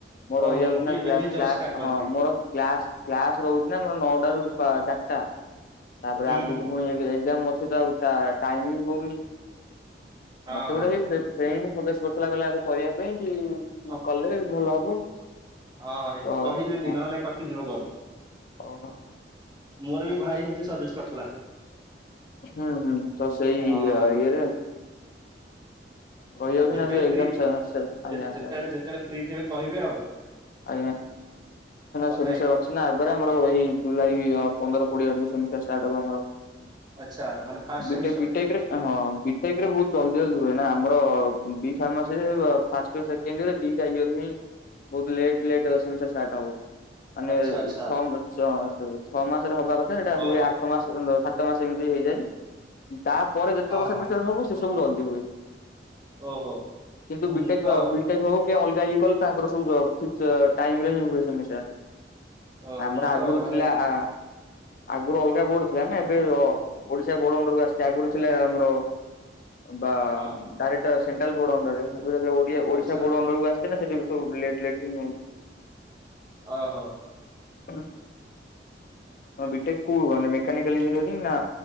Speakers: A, on the left; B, on the right.
A: ମୋ ରହିଯାଉଛି
B: ଓହୋ ମୁଁ ବି
A: ନା
B: ଏବେ
A: କ୍ସ
B: ବି ଜଷ୍ଟ ଷ୍ଟାର୍ଟ କଲି
A: ହଁ ମୋର କ୍ଲାସ୍ କ୍ଲାସ ରହୁଛି ନା ଆମର ନଅଟ ର ଚାରିଟା ତାପରେ
B: ହୁଁ
A: ଆଗକୁ
B: ହୁଁ।
A: ପୁଣି ଏକ୍ଜାମ ଅଛି ତ ଆଉ ଟାଇମିଙ୍ଗ କଉନି
B: ହଁ
A: ମତେ ଗୋଟେ
B: ହଁ
A: ସେଇ ଫ୍ରେଣ୍ଡ ସଦେଶୀ ବର୍ଷ ଲାଗଲେ ଆକୁ କରିବା ପାଇଁ କି
B: ହଁ
A: କଲେ ଭଲ ହବ
B: ହଁଁ ଏ
A: ତ
B: କହିବେନି
A: ହଁ
B: ନହେଲେ କଟିଯିବ କହଣ
A: ଓହୋ
B: ମୋର ବି ଭାଇ ସେମତି ସଜେଜ କରିଥିଲା
A: ହୁଁ ହୁଁ ତ ସେଇ
B: ଅ
A: ଇଏରେ ରହିଯାଉଛି
B: ଆଉ ଯେତେବେଳେି
A: ନା ଏବେ ଏକ୍ଜାମ ଆଜ୍ଞା
B: ଯେତେଳେ
A: ଆଜ୍ଞା
B: ଯେତେବେଳେ ଫ୍ରି ଥିବେ କହିବେ ଆଉ
A: ଆଜ୍ଞା
B: କଥା
A: ସେ ବିଷୟରେ
B: ହେଇଯିବା।
A: ଅଛି ନା ଆମର ଏଇ ଜୁଲାଇ ପନ୍ଦର କୋଡିଏ ଆଡିବ ଆମର
B: ଆଚ୍ଛା ମାନେ ଫାଷ୍ଟ
A: ବିଟେ
B: ସେମିଷ୍ଟର
A: ବିଟେକରେ ହଁ ବିଟେକରେ ବହୁତ ଜଲଦି ଜଲଦି ହୁଏ ଆମର ଫସ କେରେେଡିଦ ଆାଇଯରେ ବହୁତ ଲେଟ୍ ଲେଟ ଦଶମିଷ ଷ୍ଟାର୍ଟ ହବ ମାନେ
B: ଆଚ୍ଛା ଆଚ୍ଛା
A: ଛଅ ମା ଛଅ ମାସରେ ହବା କଥା ସେଟା
B: ଓହୋ
A: ହୁଏ ଆଠ ମାସ ସାତ ମାସମିତି ହେଇଯାଏ ତାପରେ ଯେତେକମିଷ୍ଟ
B: ହଁ ହଁ
A: ହବ ସେ ସବୁ ଜଲଦି ହୁଏ
B: ଓହୋ
A: କିନ୍ତୁ ବିଟେ
B: ମୁଁ ତ
A: ବିଟେକ୍ ହଉ କି ଅଲଗା ଇଏ କଲେୁ ତାଙ୍କର ଠିକ୍ ଟାଇମ ରେ ହ ହୁଏ ସମ
B: ଓହୋ
A: ଆମର
B: ମୁଁ ତ
A: ଆଗରୁ
B: ମାନେ
A: ଥିଲା ଆ ଆଗରୁ ଅଲଗା ବୋର୍ଡ ଥିଲା ନା ଏବେ ଅ ଓଡିଶା ବୋର୍ଡ ଅଣ୍ଡରକୁ ଆସିଛି ଆଗରୁ ଥିଲା ଆମର ବା
B: ହଁ
A: ଡାଇରେକ୍ଟ ସେଣ୍ଟ୍ରାଲ ବୋର୍ଡ ଅଣ୍ଡରରେ ମୁଁ କହିଲି ଜେତେବେଳେ ଓଡ଼ିଆ ଓଡିଶା
B: ଆଚ୍ଛା
A: ବୋର୍ଡ ଅଣ୍ଡରକୁ ଆସିଥିଲା ସେଠି ସବୁ ଲେଟ ଲେଟ ବି ନଉ।
B: ଓହୋ।
A: ଟମ ବିଟେକ କୋଉ <unintelligible> ମାନେ ମେକାନିକାଲ ଇଞ୍ଜିନିୟ ନା